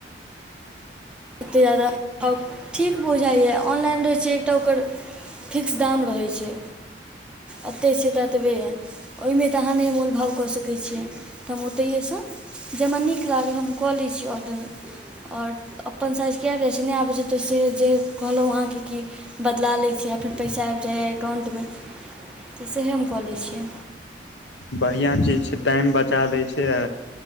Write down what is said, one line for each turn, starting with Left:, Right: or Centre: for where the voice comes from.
Centre: ओतेक जादा आ ठीक बुझाइए ऑनलाइन रहैत छै एकटा ओकर फिक्स दाम रहैत छै एतय छै तऽ एतबेए य ओहिमे तऽ अहाँ नहि मोलभाव कऽ सकै छियै तऽ हम ओतहिएसँ जेम नीक लागल हम कऽ लै छीयै ऑर्डर आओर अपन साइज किया आबि जाइ छै नै आबै छै तऽ से जे कहलहुँ अहाँके कि बदला लै छीय आ फेर पैसा आबि जाइए एटाउंट मे तऽ सएह हम कऽ लै छियै।
Left: बढ़िआँ चीज छै टाइम बचा दै छै अ।